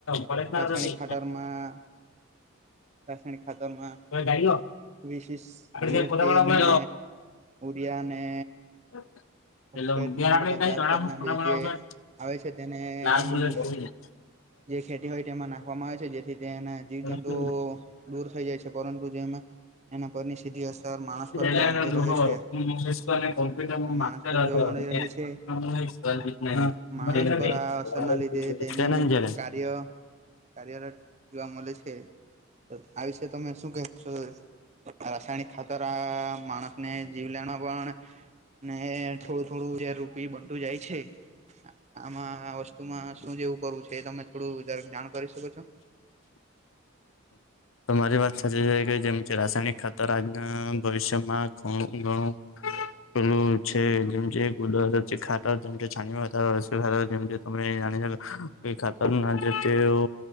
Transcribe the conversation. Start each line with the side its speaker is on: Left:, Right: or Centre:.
Left: કોલેજ ના
Right: રાસાયણિક
Left: નથી
Right: ખાતરમાં રાસાયણિક ખાતામાં
Left: ગાડીઓ
Right: વીસીસ
Left: આપણે
Right: જીરો
Left: ફોટા
Right: તેલ
Left: બનાવવા
Right: ને ને <unintelligible> ને
Left: <inaudible>
Right: હોસ્પેટને
Left: યાર
Right: એમ
Left: આપણે
Right: બધા
Left: કઈ
Right: જાતજાત
Left: તળાવ
Right: ના
Left: ફોટા
Right: બી
Left: બનાવવા
Right: જે આવે છે તેને
Left: લાલ
Right: હમ્મ.
Left: બુલેટ હોય
Right: જે ખેતી હોય તેમાં નાખવામાં આવે છે જેથી તેના જીવ જંતુઓ
Left: ને તો
Right: દૂર થઈ જાય છે પરંતુ જેમાં એના પરની સીધી અસર માણસ પર જોવા
Left: <unintelligible>
Right: મળી રહે છે
Left: માસ્ટર
Right: માણસ પર જોવા મળી રહે
Left: હતો
Right: છે
Left: અને
Right: માણસ પર આ અસરના
Left: <unintelligible>
Right: લીધે તેનું કાર્ય કાર્યરત જોવા મલે છે. તો આ વિષ તમે શું કહો છો? રાસાયણિક ખાતર આ માણસને જીવલેણ પણ ને થોડું થોડું જે રૂપી બનતું જાય છે. આમાં આ વસ્તુમાં શું એવું કરવું છે, એ તમે થોડું વધારે જાણ કરી શકો છો?
Left: તમારી વાત સાચી છે કે, જેમ કે રાસાયણિક ખાતર આજના ભવિષ્યમાં અમુક ગણુ.
Right: <unintelligible>
Left: પેલું છે, જેમ ગુટખા, જેમ તમે જાણી. કોઈ ખાતર ના જેતેવો